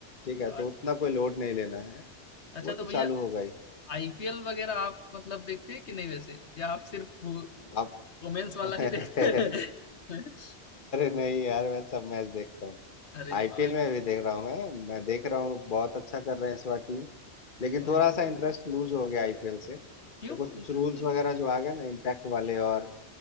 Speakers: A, on the left; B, on the left.
A: ठीक है
B: अच्छा
A: तो उतना कोई लोड नहीं लेना है
B: अच्छा
A: वो तो
B: तो भैया
A: चालू हो गई
B: आईपीएल वगैरह आप मतलब देखते हैं कि नहीं वैसे या आप सिर्फ
A: अब
B: वुमेन्स वाला
A: <laughs>
B: ही देखते
A: अरे
B: हैं <laughs>
A: नहीं यार मैं सब मैच देखता हूँ
B: अरे
A: आईपीएल
B: वाह
A: में भी देख रहा हूँ मैं मैं देख रहा
B: ओ,
A: हूँ बहुत अच्छा कर रहे हैं इस बार टीम लेकिन
B: ओ,
A: थोड़ा सा इंटरेस्ट लूज हो गया आईपीएल से तो
B: क्यों
A: कुछ
B: इंटरेस्ट
A: रूल्स वगैरह जो आ गए ना इम्पैक्ट वाले और